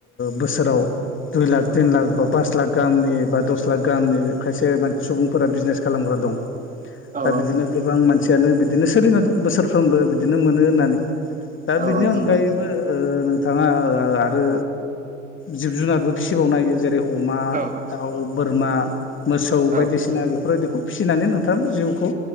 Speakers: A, on the left; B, on the right.
A: बोसोराव दुइ लाख तिन लाख बा पास लाख गाहिनि बा दस लाख गाहामनि खायसेान सुबुंफोरा बिजनेस खालामग्रा दं।
B: औ
A: दा बिदिनो गोबां मानसियानो बिदिनो सोलिना दं बोसोरफ्रोमबो बिदिनो मोनो होननानै। दा
B: औ
A: बिनि
B: औ
A: अनगायैबो
B: नंगौ
A: ओ नों बिथाङा आरो जिब जुनारबो फिसिबावनो हायो जेरै अमा
B: औ
A: दाव बोरमा मोसौ
B: औ
A: बायदिसिना बेफोरबायदिखौ फिसिनानै नोंथाङाबो जिउखौ